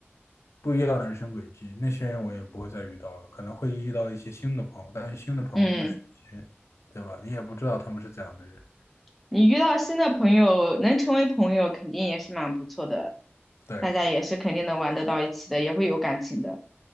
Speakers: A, on the left (about 80°); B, in the centre.
A: 不一样的人生轨迹，那些人我也不会再遇到了，可能会遇到一些新的朋友，但是新的朋友又是一些，
B: 嗯，
A: 对吧？你也不知道他们是怎样的人。
B: 你遇到新的朋友，能成为朋友肯定也是蛮不错的，
A: 对，
B: 大家也是肯定能玩得到一起的，也会有感情的。